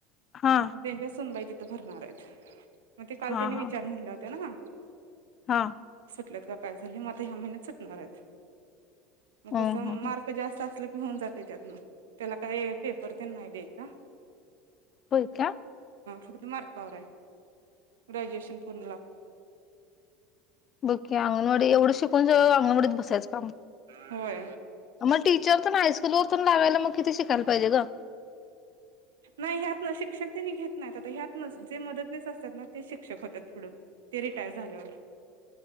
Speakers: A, on the left; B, on the right.
A: हा
B: म त्यांच्या सुनवायती तर भरणार आहेत मग ते काल
A: हा
B: त्यांने
A: हा
B: विचार म्हणले होते ना
A: हा
B: ट का काय झाली म ह्या महिन्यात सुटणार आहेत मग
A: हम्म
B: कस
A: हम्म हम्म.
B: मार्क जास्त असल घेऊन जाते त्यातन त्याला काय पेपर ते नाही द्यायचा
A: होय का
B: फक् मार गुश पूण
A: बोके अंगणवाडी एवढं शिकून सगळ अंगणवाडीत बसायचं तम
B: होय
A: मग टीचर पण हायस्कूल वर लावायला मग किती शिकायला पाहिजे ग
B: नाही ह्यातन शिक्षक त्यांनी घेत नाहीत आता ह्यातन जे मदतनेच असतात ना ते शिक्षक होत थोडं ते रिटायर झाल्यावर